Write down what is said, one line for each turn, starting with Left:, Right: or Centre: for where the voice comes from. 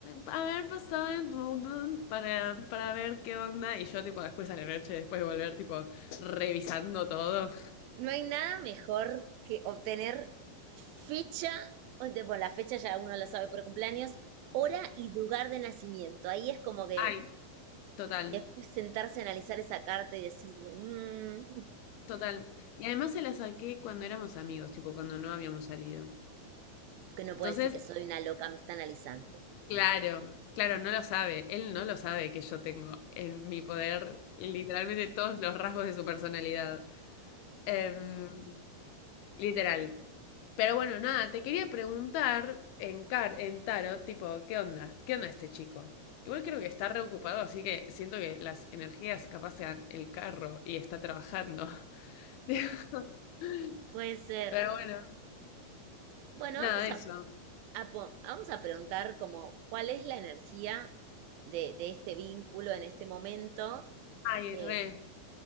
Left: a ver, pasaba en Dublín para, para ver qué onda. Y yo, tipo, después a la noche, después de volver, tipo, revisando todo.
Right: No hay nada mejor que obtener fecha, de- bueno, la fecha ya uno la sabe por cumpleaños, hora y lugar de nacimiento. Ahí es como que
Left: Ay, total,
Right: después sentarse a analizar esa carta y decir, "Mm,
Left: total. Y además se la saqué cuando éramos amigos, tipo, cuando no habíamos salido.
Right: que no puede
Left: Entonces,
Right: decir que soy una loca, me está analizando.
Left: claro, claro, no lo sabe. Él no lo sabe que yo tengo en mi poder literalmente todos los rasgos de su personalidad. Em, literal. Pero bueno, nada, te quería preguntar en, car en Tarot, tipo, ¿qué onda? ¿Qué onda este chico? Igual creo que está reocupado, así que siento que las energías capaz sean el carro y está trabajando. <laughs>
Right: Puede ser.
Left: Pero bueno,
Right: Bueno,
Left: nada,
Right: vamos
Left: eso.
Right: a, a po- vamos a preguntar como cuál es la energía de, de este vínculo en este momento.
Left: Ay,
Right: eh,
Left: re,